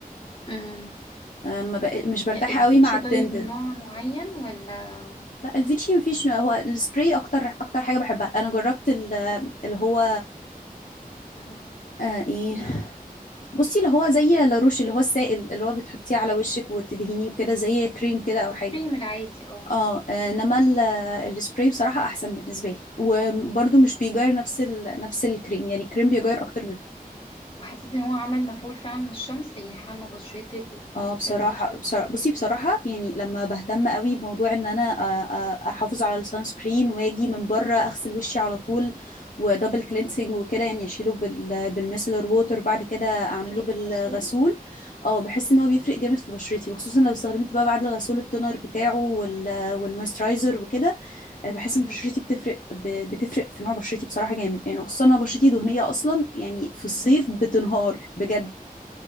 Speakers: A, on the left; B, on the left.
A: أمم.
B: آه، ما بق... مش برتاحه
A: الفيتشي
B: قوي مع التنتد
A: طيب نوع معين ولا
B: لا الفيتشي مفيش هو السبراي اكتر اكتر حاجه بحبها انا جربت ال- اللي هو
A: أها.
B: آه ايه بصي اللي هو زي لاروش اللي هو السائل اللي هو بتحطيه على وشك وتدهنيه وكده زي كريم كده او
A: الكريم
B: حاجه
A: العادي اه
B: اه آه، انما ال- السبراي بصراحه احسن بالنسبه لي وبرده مش بيغير نفس ال... نفس الكريم يعني الكريم بيغير اكتر من
A: وحسيت ان هو عمل مفعول فعلا من الشمس يعني حمى بشرتك وما
B: اه بصراحة
A: خليكيش تسخني
B: بصراحة بصي
A: وكده
B: بصراحة يعني لما بهتم قوي بموضوع ان انا أ- أ- احافظ على السان سكرين واجي من بره اغسل وشي على طول ودبل
A: أها.
B: كلينسنج وكده يعني اشيله بال بالميسلر ووتر بعد كده اعمله
A: فكان
B: بالغسول
A: مسؤول
B: اه بحس ان هو بيفرق جامد في بشرتي وخصوصا لو استخدمت بقى بعد الغسول التونر بتاعه وال والمويسترايزر وكده آه، بحس
A: أها.
B: ان بشرتي بتفرق ب- بتفرق في نوع بشرتي بصراحة جامد يعني وخصوصا انا بشرتي دهنية اصلا يعني في الصيف
A: أها.
B: بتنهار بجد